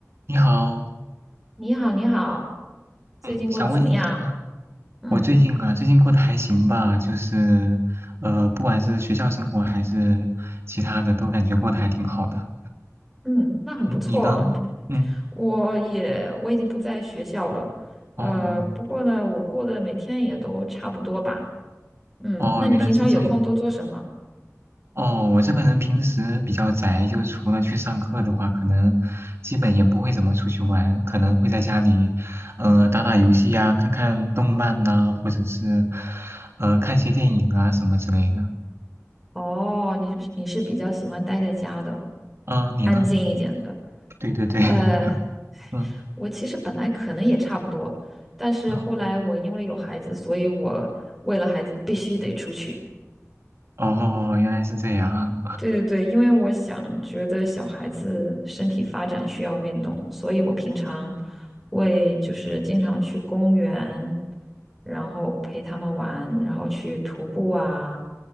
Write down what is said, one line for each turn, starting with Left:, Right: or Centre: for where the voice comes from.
Right: 你好，
Centre: 你好，你好，最近过得怎么样？
Right: 嗯，想问一下啊，
Centre: 嗯
Right: 我最近啊，最近过得还行吧？就是，呃，不管是学校生活还是其他的，都感觉过得还挺好的。
Centre: 嗯，那很不错哦你
Right: 嗯，你呢？嗯，
Centre: 我也我已经不在学校了，
Right: 哦，
Centre: 呃，不过呢，我过得每天也都差不多吧。嗯，
Right: 哦，
Centre: 那你平常有空都做什么？
Right: 原来是这样。哦，我这个人平时比较宅，就除了去上课的话，可能基本也不会怎么出去玩，可能会在家里，呃，打打游戏呀、看看动漫呐、或者是，呃，看些电影啊什么之类的。
Centre: 哦，你是不是你是比较喜欢待在家的，
Right: 嗯、你呢？
Centre: 安静一点的？
Right: 对对对，<laughs>
Centre: 呃，
Right: 嗯
Centre: 我其实本来可能也差不多，但是后来我因为有孩子，
Right: 嗯。
Centre: 所以我为了孩子必须得出去。
Right: 哦，原来是这样。
Centre: 对对对，因为我想觉得小孩子身体发展需要运动，所以我平常会就是经常去公园，然后陪他们玩，然后去徒步啊，